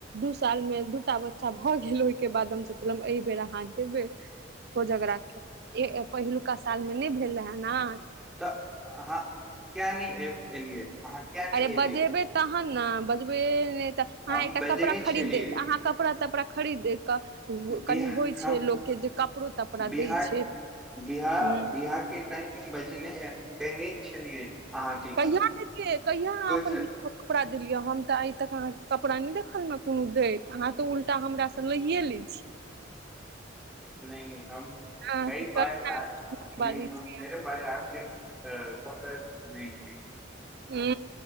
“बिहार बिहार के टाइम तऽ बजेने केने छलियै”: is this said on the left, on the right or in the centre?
Centre